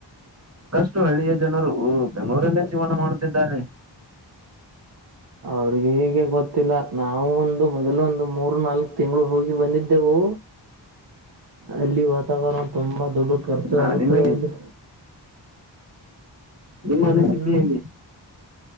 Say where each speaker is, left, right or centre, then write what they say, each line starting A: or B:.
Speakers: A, on the right (about 35°); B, on the right (about 55°).
A: ಎಷ್ಟು ಹಳ್ಳಿಯ ಜನರು ಬೆಂಗಳೂರಲ್ಲೇ ಜೀವನ ಮಾಡುತ್ತಿದ್ದಾರೆ
B: ಅವ್ರಿಗೆ ಹೀಗೆ ಗೊತ್ತಿಲ್ಲ ನಾವವು ಒಂದು ಮೊದಲು ಒಂದು ಮೂರ್ ನಾಲ್ಕು ತಿಂಗಳು ಹೋಗಿ ಬಂದಿದ್ದೆವು ಅಲ್ಲಿ ವಾತಾವರಣ ತುಂಬಾ ದೊಡ್ಡ ಖರ್ಚು
A: ಹ
B: ಆಗತದೆ
A: ನಿಮಗೆ
B: ಅಲ್ಲಿ
A: ನಿಮ್ಮ
B: ಹ್ಮ್
A: ಅನಿಸಿಕ ಹೇಗೆ